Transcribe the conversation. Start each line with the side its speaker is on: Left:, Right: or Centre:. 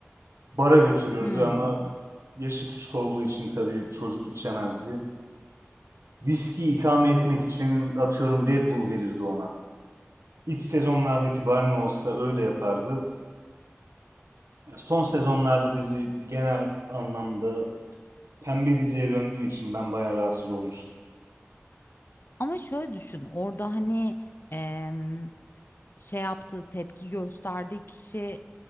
Right: bara götürürdü
Left: Hmm.
Right: ama yaşı küçük olduğu için tabii çocuk içemezdi. Viski ikame etmek için atıyorum Red Bull verirdi ona. İlk sezonlardaki Barney olsa öyle yapardı. Son sezonlarda dizi genel anlamda pembe diziye döndüğü için ben bayağı rahatsız olmuştum.
Left: Ama şöyle düşün, orada hani em, şey yaptığı tepki gösterdiği kişi